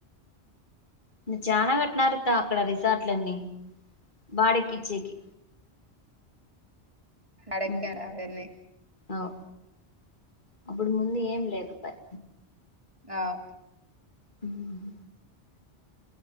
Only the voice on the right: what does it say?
అడక్కాను
అవన్నీ
అవ్